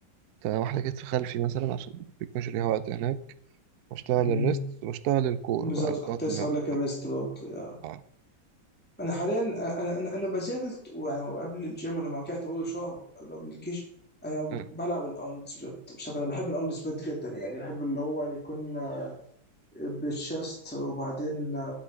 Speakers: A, on the right; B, in the centre.
A: بتاع واحدة كتف خلفي مثلا عشان بيكون ليها وقت هناك بشتغل
B: أمم،
A: الريست وبشتغل الكور
B: بالظبط
A: بقى البطن
B: كنت لسه
A: والظهر
B: هقول لك الريست برضه يا
A: اه
B: انا حاليا انا انا أنا ما زلت ويعني قبل الجيم ولما رجعت برضه شهر قبل قبل الجيش انا
A: مم.
B: بلعب الارنولد سبليت مش عارف انا بحب الارنولد سبليت جدا يعني بحب اللي هو يكون بالشست وبعدين